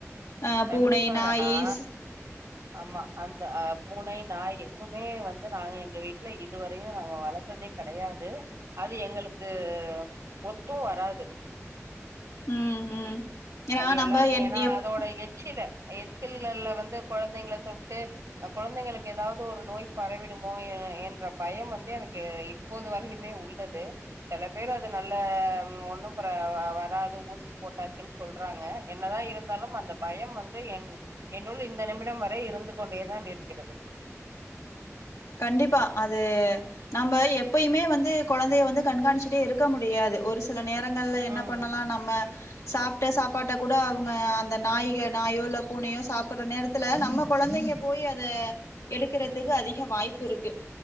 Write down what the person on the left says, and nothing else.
அ
பூனை நாயிஸ்
ம் ம் ஏன்னா
நம்ம
என்
எப்
கண்டிப்பா அது நம்ப எப்பயுமே வந்து கொழந்தைய வந்து கண்காணிச்சுட்டே இருக்க முடியாது ஒருஸ் சில நேரங்கள்ல என்ன
பண்ணலா நம்ம சாப்ட சாப்பாட்ட கூட அவுங்க அந்த நாய்க நாயோ இல்ல பூனையோ சாப்பிர்ற நேரத் த்துல நம்ம கொழந்தைங்க போய் அது எடுக்கறதுக்கு அதிஹ வாய்ப் இருக்கு